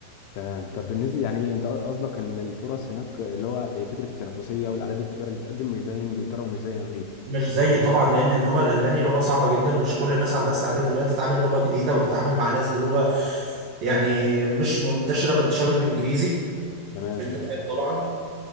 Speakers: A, on the left; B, on the right.
A: تمام طب بالنسبه يعني انت قصدك ان الفرص هناك اللي هو فكره التنافسيه والاعداد الكبيره اللي بتقدم مش زي انجلترا ومش زي امريكا
B: مش زي طبعا لان اللغه الالماني لغه صعبه جدا مش كل الناس عندها استعداد انها تتعلم لغه جديده وتتعامل مع ناس بلغه يعني مش منتشره بانتشار الانجليزي
A: تمام
B: انت فاهم طبعا